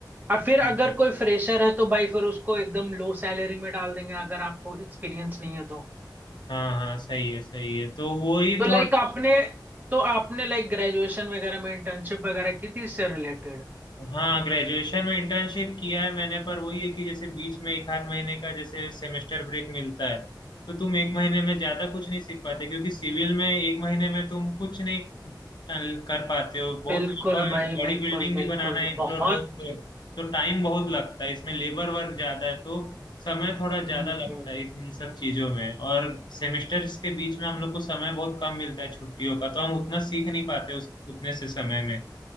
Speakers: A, on the right; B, on the left.
A: अब फिर
B: हाँ।
A: अगर कोई फ्रेशर है तो भाई फिर उसको एकदम लो सैलरी में डाल देंगे अगर आपको एक्सपीरियंस नहीं है तो
B: हाँ हाँ सही है सही है तो वो ही
A: तो लाइक
B: थोड़ा
A: आपने तो आपने लाइक ग्रेजुएशन वगैरह में इंटर्नशिप वगैरह की थी इससे रिलेटेड
B: हाँ ग्रेजुएशन में इंटर्नशिप किया है मैंने पर वही है कि जैसे बीच में एक आध महीने का जैसे सेमेस्टर ब्रेक मिलता है तो तुम एक महीने में ज्यादा कुछ नहीं सीख पाते क्योंकि सिविल में एक महीने में तुम कुछ नहीं अ, कर पाते हो बहुत
A: बिल्कुल
B: लंबा
A: भाई
B: बड़ी
A: बिल्कुल
B: बिल्डिंग भी
A: बिल्कुल
B: बनाना है एक फ्लोर
A: बहुत
B: दो फ्लोर तो टाइम बहुत लगता है इसमें लेबर वर्क ज्यादा है तो समय थोड़ा
A: हम्म
B: ज्यादा लगता
A: हम्म
B: है इस- इन सब चीजों में और सेमेस्टर्स के बीच में हम लोग को समय बहुत कम मिलता है छुट्टियों का तो हम उतना सीख नहीं पाते उस उतने से समय में